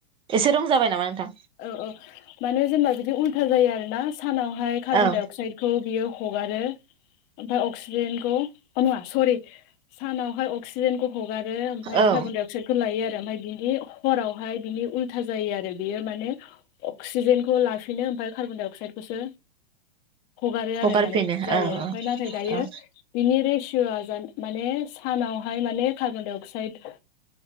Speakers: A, on the right; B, on the left.
A: एसे रं जाबाय नामा नोंथां
B: औ औ माने जेनेबा जुदि उल्था जायो आरोना सानावहाय कार्बन
A: औ
B: डाइ अक्साइदखौ बियो हारो मफ्राय अक्सिजेनखौा सरि सानावहाय अक्सिज हगारो ओमफ्राय
A: औ
B: कार्बन डाइ अक्साइडखौ लायो आरो ओमफ्राय बिनि हरावहाय बिनि उल्था जायो आरो बेयो माने अक्सिजेनखौ लाफिनो ओमफ्राय कार्बन डाइ अक्साइदखौसो हगारो आरो
A: हगारफिनो
B: माने बिदि जायो
A: औ
B: ओमफ्राय
A: औ
B: नाथाय दायो
A: औ
B: बिनि रे माने सानावहाय माने कार्बन डाइ अक्साइद